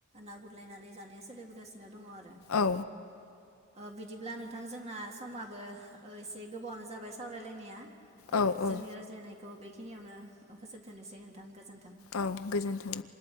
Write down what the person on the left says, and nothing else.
औ
औ
औ
औ गोजोन्थों